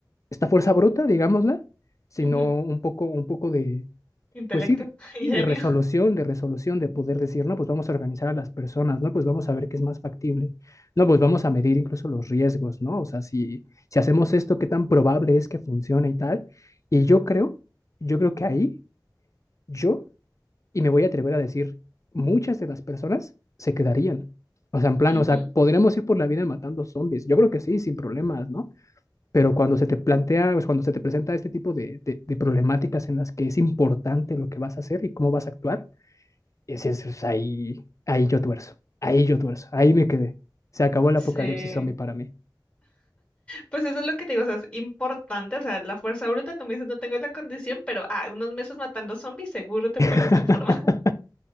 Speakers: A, on the left (about 40°); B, on the left (about 15°).
A: esta fuerza bruta, digámosla, sino
B: Ujú.
A: un poco, un poco de,
B: Intelecto,
A: pues sí, de,
B: <laughs>
A: sí, de
B: ingenio.
A: resolución, de resolución, de poder decir, no, pues vamos a organizar a las personas, no, pues vamos a ver qué es más factible, no, pues vamos a medir incluso los riesgos, ¿no? O sea, si, si hacemos esto, qué tan probable es que funcione y tal. Y yo creo, yo creo que ahí, yo y me voy a atrever a decir, muchas de las personas se quedarían. O sea, en plan,
B: Ujú.
A: o sea, podremos ir por la vida matando zombies. Yo creo que sí, sin problemas, ¿no? Pero cuando se te plantea, pues cuando se te presenta este tipo de, de- de problemáticas en las que es importante lo que vas a hacer y cómo vas a actuar, ese es, es ahí, ahí yo tuerzo, ahí yo tuerzo, ahí me quedé. Se acabó el
B: Sí.
A: apocalipsis zombie para mí.
B: Pues eso es lo que te digo, o sea, es importante, o sea, la fuerza bruta, tú me dices, no tengo la condición, pero ah, unos meses matando zombies, seguro te
A: <laughs>
B: pones en forma.